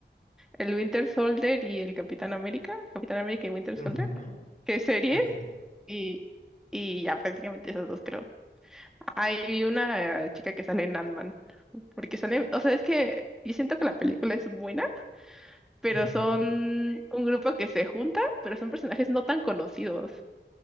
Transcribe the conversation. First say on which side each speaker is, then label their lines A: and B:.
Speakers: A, in the centre; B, on the left (about 45°).
A: el Winter Soldier y el Capitán América, Capitán América y Winter
B: Ujú,
A: Soldier, que es serie,
B: Ok.
A: y, y ya prácticamente esas dos creo. Hay una eh, chica que sale en Ant-Man, porque sale, o sea, es que yo siento que la película es buena pero
B: ujú,
A: son un grupo que se junta, pero son personajes no tan conocidos.